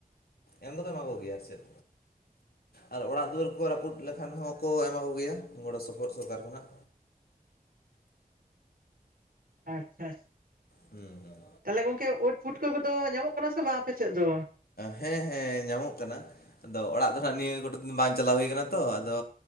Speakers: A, on the left; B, on the right.
A: ᱮᱢ ᱫᱚ ᱮᱢᱟ ᱠᱚ ᱜᱮᱭᱟ ᱟᱨ ᱪᱮᱫ ᱟᱨ ᱚᱲᱟᱜ ᱫᱩᱣᱟᱹᱨ ᱠᱚ ᱨᱟᱹᱯᱩᱫ ᱞᱮᱠᱷᱟᱱ ᱦᱚᱸ ᱠᱚ ᱮᱢᱟᱭ ᱜᱮᱭᱟᱹ ᱜᱚᱲᱚ ᱥᱚᱯᱚᱦᱚᱫᱽ ᱥᱚᱨᱠᱟᱨ ᱠᱷᱳᱱᱟᱜ
B: ᱟᱪᱪᱷᱟ
A: ᱦᱮᱸ ᱦᱩᱸ
B: ᱛᱟᱦᱚᱞᱮ ᱜᱚᱝᱠᱮ ᱩᱴ ᱯᱩᱰᱠᱟᱹ ᱠᱚᱫᱚ ᱧᱟᱢᱚᱜ ᱠᱟᱱᱟ ᱥᱮ ᱵᱟᱝ ᱟᱯᱮ ᱥᱮᱫ ᱫᱚ
A: ᱦᱮᱸ ᱦᱮᱸ ᱧᱟᱢᱚᱜ ᱠᱟᱱᱟ ᱟᱫᱚ ᱚᱲᱟᱜ ᱫᱚ ᱦᱟᱸᱜ ᱱᱤᱭᱟᱹ ᱠᱚᱴᱟ ᱫᱤᱱ ᱵᱟᱝ ᱪᱟᱞᱟᱣ ᱦᱩᱭ ᱠᱟᱱᱟ ᱛᱚ ᱟᱫᱚ